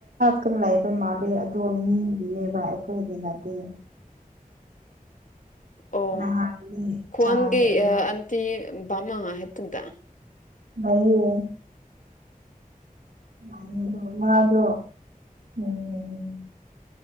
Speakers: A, on the right; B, on the left.
A: ꯀꯝ ꯂꯩꯕ ꯃꯥꯜꯂꯤ ꯑꯗꯣ ꯃꯤꯒꯤꯅꯦꯕ ꯑꯩꯈꯣꯏꯒꯤꯅꯗꯤ
B: ꯑꯣ
A: ꯅꯍꯥꯟꯅꯤ
B: ꯈ꯭ꯋꯥꯥꯟꯗꯤꯑ
A: ꯆꯥꯏ ꯑꯃ
B: ꯑꯇꯤ ꯃ ꯍꯠꯇꯠꯇ
A: ꯉꯌꯦ ꯑ ꯑꯗꯨ ꯎꯃꯥꯗꯣ ꯎꯝ